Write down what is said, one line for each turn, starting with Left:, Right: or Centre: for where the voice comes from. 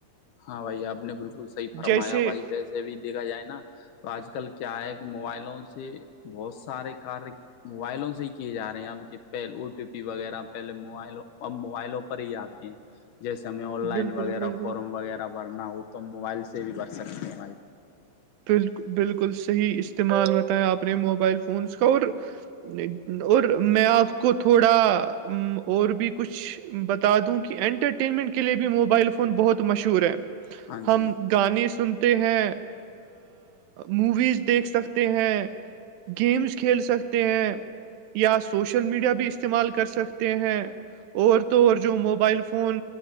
Left: ہاں بھائی آپ نے بالکل صحیح فرمایا
Right: جیسے
Left: بھائی ویسے بھی دیکھا جائے نا <unintelligible> تو آج کل کیا ہے کہ موبائلوں سے بہت سارے کار موبائلوں سے ہی کیے جا رہے ہیں اب پہ او ٹی پی وغیرہ پہلے موائل اب موبائلوں پر ہی آتے کہ <unintelligible> جیسے ہمیں آن لائن
Right: بالکل
Left: وغیرہ
Right: بالکل
Left: فارم وغیرہ بھرنا ہو تو ہم موبائل سے بھی بھر سکتے ہیںائی
Right: بالکل بالکل صحیح استعمال ہوتا ہے آپ نے موبائل فونس کا اور <unintelligible> اور میں آپ کو تھوڑا اور بھی کچھ بتا دوں کہ انٹرٹینمنٹ کے لیے بھی موبائل فون بہت مشہور ہے
Left: ہاں
Right: ہم
Left: جی
Right: گانے سنتے ہیں موویز دیکھ سکتے ہیں گیمس کھیل سکتے ہیں یا سوشل میڈیا بھی استعمال کر سکتے ہیں اورور طور جو موبائل فون